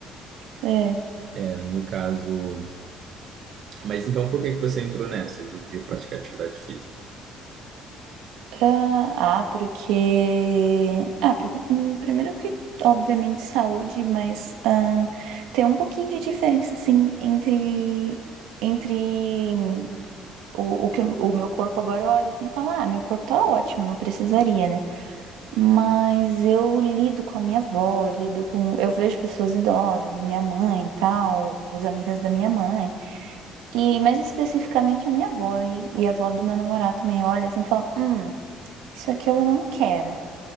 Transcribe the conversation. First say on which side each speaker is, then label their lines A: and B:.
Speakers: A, on the right; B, on the right.
A: É, é.
B: É, no caso. Mas então por que que você entrou nessa de, de praticar atividade física?
A: Ah, ah, porque. Ah, porque. hum, Primeiro que, obviamente, saúde, mas ah, tem um pouquinho de diferença, assim, entre. Entre o, o que o o meu corpo agora olha sem falar, ah, meu corpo tá ótimo, não precisaria, né? Mas eu lido com a minha avó, eu lido com. Eu vejo pessoas idosas, minha mãe e tal, os amigas da minha mãe. E mais especificamente a minha avó e, e a avó do meu namorado também olha assim e fala: Hum, isso aqui eu não quero.